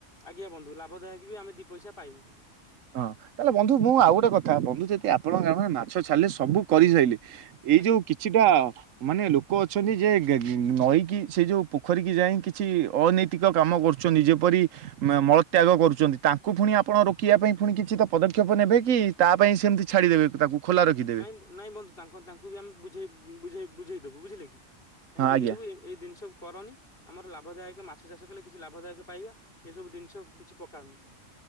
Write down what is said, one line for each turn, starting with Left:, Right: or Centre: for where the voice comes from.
Left: ଆଜ୍ଞା ବନ୍ଧୁ ଲାଭଦାୟକ ବି ଆମେ ଦିଇ ପଇସା ପାଇବୁ।
Right: ହଁ ତାହେଲେ ବନ୍ଧୁ ମୁଁ ଆଉ ଗୋଟେ କଥା ବନ୍ଧୁ ଯଦି ଆପଣଙ୍କ ଗାମରେ ମାଛ ଛାଲେ ସବୁ କରିସାଇଲେ ଏଇ
Left: ଆଜ୍ଞା
Right: ଯୋଉ କିଛିଟା ମାନେ ଲୋକ ଅଛନ୍ତି ଯେ ନଈକି ସେ ଯୋଉ ପୋଖରୀ କି ଯାଇ କିଛି ଅନୈତିକ କାମ କରୁ ଯେପରି ମଳତ୍ୟାଗ କରୁଛନ୍ତି ତାକୁ ପୁଣି ଆପଣ ରୋକିବା ପାଇଁ ପୁଣି କିଛି ତା ପଦକ୍ଷେପ ନେବେ କି ତା ପାଇଁ ସେମିତି ଛାଡ଼ିଦେବେ ତାକୁ ଖୋଲା ରଖିଦେବେ।
Left: ନାଇଁ ନାଇଁ ବନ୍ଧୁ ତାଙ୍କ ତାଙ୍କୁ ବି ଆମେ ବୁଝେଇ ବୁଝେଇ ବୁଝେଇଦବୁ ବୁଝିଲେ କି ତାଙ୍କୁ
Right: ହଁ
Left: ବୁଝେଇଦବୁ
Right: ଆଜ୍ଞା।
Left: ଏ ଏଇ ଜିନିଷ କରନି ଆମର ଲାଭଦାୟକ ମାଛ ଚାଷ କଲେ କିଛି ଲାଭଦାୟକ ପାଇବା ଏଇସବୁ ଜିନିଷ କିଛି ପକାଅନି।